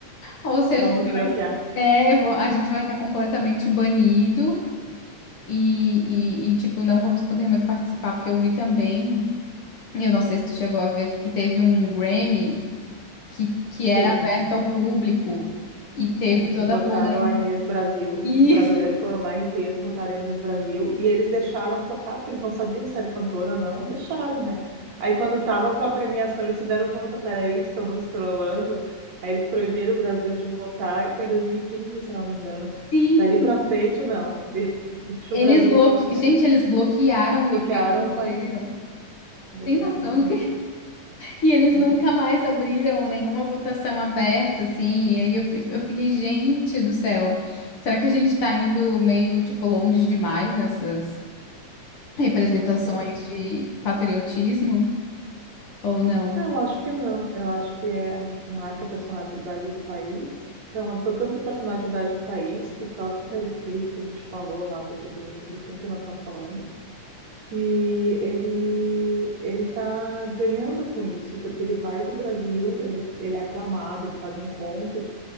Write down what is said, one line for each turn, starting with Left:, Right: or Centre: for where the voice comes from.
Left: ou se
Right: Vão
Left: a gente
Right: nos bloquear.
Left: É, vo- a gente vai estar completamente banido e, e, e, tipo, não vamos poder mais participar, porque eu vi também, eu não sei se tu chegou a ver, que teve um Grammy que, que
Right: Sim.
Left: era aberto ao público e teve
Right: É,
Left: toda
Right: e botaram
Left: a polêmica.
Right: a Inês
Left: <laughs>
Right: Brasil.
Left: E,
Right: Os brasileiros foram lá em peso, botaram a Inês Brasil. E eles deixaram tocar, porque eles não sabiam se era cantora ou não. Deixaram, né? Aí quando tava pra premiação, eles se deram conta, peraí, estão nos trollando. Aí eles proibiram o Brasil de votar. Foi em 2015, se não me engano.
Left: sim,
Right: Dali pra frente, não. <laughs> De- Deixa
Left: eles
Right: o Brasil
Left: bloque...
Right: fora dessa.
Left: Gente, eles bloquearam
Right: Bloquearam
Left: o IP brasileiro.
Right: o país. Bloquearam
Left: Tem noção
Right: o país.
Left: do E eles
Right: É,
Left: nunca mais abriram nenhuma votação aberta, assim.
Right: é.
Left: E aí eu, fi- eu fiquei, gente do céu, será que a gente tá indo meio, tipo, longe demais nessas representações
Right: com-
Left: de patriotismo ou não?
Right: Não, acho que não. Eu acho que é marca a personalidade do país. Então, t- tanto a personalidade do país que o próprio Terry Crews, que a gente falou lá do, do, do filme que nós estamos falando, que ele ele tá ganhando com isso, porque ele vai para o Brasil, ele, ele é aclamado, ele faz encontros.